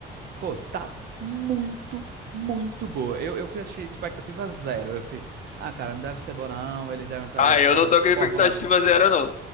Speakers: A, on the right; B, on the left.
A: Pô, tá muito, muito boa. Eu, eu fui assistir expectativa zero. Eu fui, ah, cara, não deve ser bom, não. Eles devem estar
B: Ah,
A: ali, fór-
B: eu não tô com
A: fórmula
B: expectativa zero, não.